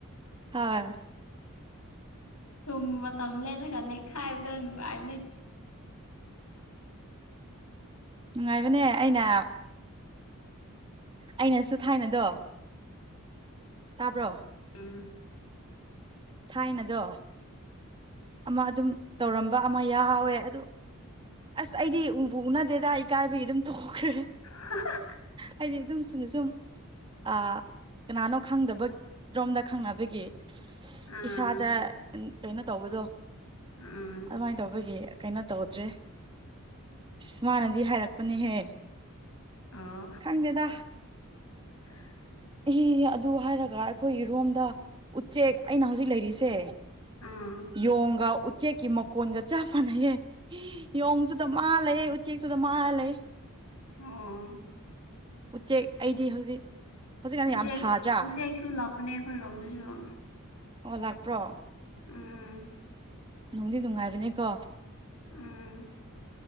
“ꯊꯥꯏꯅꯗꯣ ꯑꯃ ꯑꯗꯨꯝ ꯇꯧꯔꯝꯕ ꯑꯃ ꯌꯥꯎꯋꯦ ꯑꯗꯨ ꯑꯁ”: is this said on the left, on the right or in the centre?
Right